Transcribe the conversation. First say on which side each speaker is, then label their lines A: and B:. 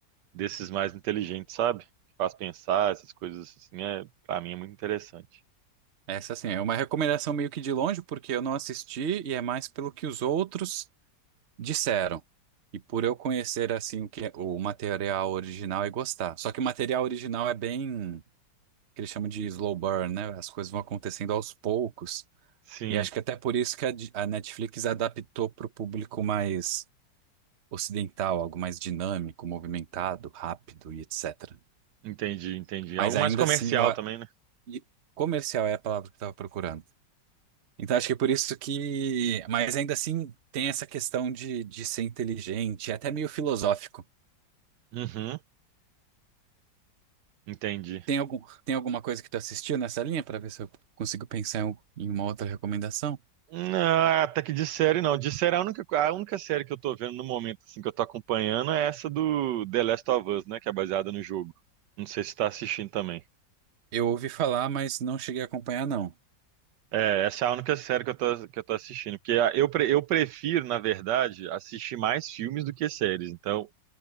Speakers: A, on the right; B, on the right.
A: desses mais inteligentes, sabe? Que faz pensar, essas coisas assim, é, para mim é muito interessante.
B: Essa assim é uma recomendação meio que de longe porque eu não assisti e é mais pelo que os outros Disseram. E por eu conhecer assim o que é, o material original e gostar. Só que o material original é bem que eles chamam de slow burn, né? As coisas vão acontecendo aos poucos.
A: Sim,
B: E acho que até por isso que a, di- a Netflix adaptou para o público mais ocidental, algo mais dinâmico, movimentado, rápido e etc.
A: entendi, entendi.
B: Mas
A: Algo mais
B: ainda
A: comercial
B: assim, eu, a-
A: também, né?
B: e comercial é a palavra que eu estava procurando. Então acho que é por isso que. Mas ainda assim tem essa questão de, de ser inteligente, é até meio filosófico.
A: Uhum, entendi.
B: Tem algum, tem alguma coisa que tu assistiu nessa linha para ver se eu consigo pensar em um- em uma outra recomendação?
A: Não, até que de série não. De série a única, a única série que eu tô vendo no momento assim que eu tô acompanhando é essa do The Last of Us, né, que é baseada no jogo. Não sei se tá assistindo também.
B: Eu ouvi falar, mas não cheguei a acompanhar, não.
A: É, essa é a única série que eu tô, que eu tô assistindo, porque a- eu, pre- eu prefiro, na verdade, assistir mais filmes do que séries. Então,